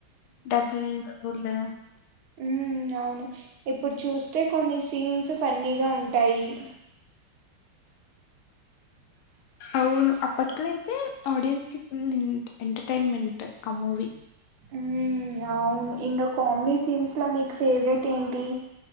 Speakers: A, on the left (about 85°); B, on the right (about 80°).
A: డబుల్ <unintelligible>
B: ఊమ్ అవును ఇప్పుడ్ చూస్తే కొన్ని సీన్స్ ఫన్నీగా ఉంటాయి ఆ
A: అవును అప్పట్లైతే ఆడియన్స్ కి ఫుల్ ఇన్ ఎంటర్టైన్మెంట్ ఆ మూవీ
B: ఊమ్ అవున్ ఇంగ కామ్డీ సీన్స్లో నీకు ఫేవ్రెట్ ఏంటి